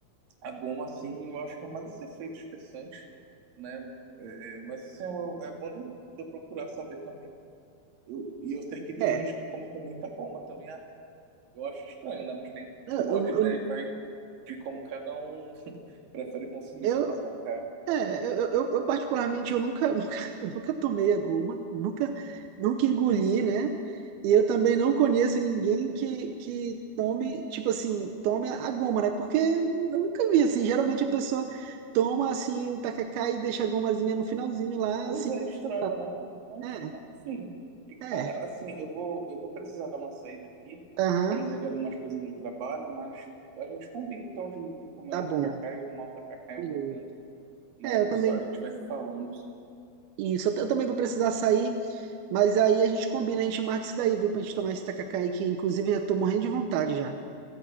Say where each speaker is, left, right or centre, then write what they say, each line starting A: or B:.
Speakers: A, on the right (about 65°); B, on the right (about 80°).
A: A goma, assim, eu acho que é mais esse efeito espessante, né? É, é, mas, assim, eu- é bom de eu de eu procurar saber também. Eu, e eu sei que tem
B: É.
A: gente que come com muita goma também. ah, Eu acho estranho, né? Mas tem
B: Eu,
A: quem gosta,
B: eu,
A: né? E vai de como cada um <laughs> prefere consumir
B: eu,
A: seu tacacá.
B: É, eu, eu, eu, particularmente eu nunca, <laughs> nunca, eu nunca tomei a goma, nunca, nunca engoli, né? E eu também não conheço ninguém que, que tome, tipo assim, tome a goma, né? Porque eu nunca vi, assim, geralmente a pessoa toma, assim, o tacacá e deixa a gomazinha no finalzinho lá,
A: Pois
B: assim.
A: é, estranho,
B: tá-
A: né? Mas,
B: É,
A: enfim. E, cara,
B: é,
A: assim, eu vou, eu vou precisar dar uma saída aqui
B: aham,
A: para resolver algumas coisas do trabalho, mas a gente combina, então, de, de comer
B: tá
A: um
B: bom.
A: tacacá e tomar um tacacá em
B: beleza.
A: algum canto. né?
B: É,
A: A gente
B: eu também,
A: Só a gente vai se falando.
B: isso, eu, t- eu também vou precisar sair, mas aí a gente combina, a gente marca isso daí, viu, pra gente tomar esse tacacá aí, que inclusive eu tô morrendo de vontade já.